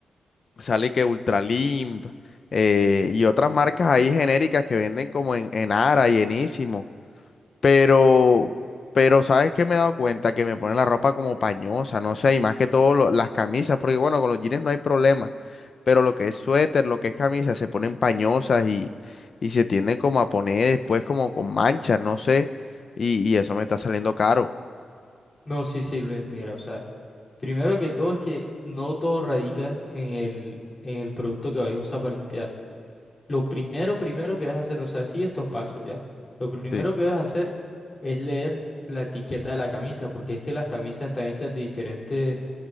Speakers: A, on the left; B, on the left.
A: sale que Ultralimp eh, y otras marcas ahí genéricas que venden como en, en Ara y enísimo Pero, pero ¿sabes qué me he dado cuenta? Que me ponen la ropa como pañosa, no sé, y más que todo lo- las camisas, porque bueno, con los jeans no hay problema, pero lo que es suéter, lo que es camisa, se ponen pañosas y, y se tienden como a poner después como con manchas, no sé, y, y eso me está saliendo caro.
B: No, sí, sí, Luis, mira, o sea, primero que todo es que no todo radica en el, en el producto que vais a usar para limpiar. Lo primero, primero que debes hacer, o sea, sí, estos pasos ya. Lo primero
A: Sí,
B: que debes hacer es leer la etiqueta de la camisa, porque es que las camisas están hechas de diferentes,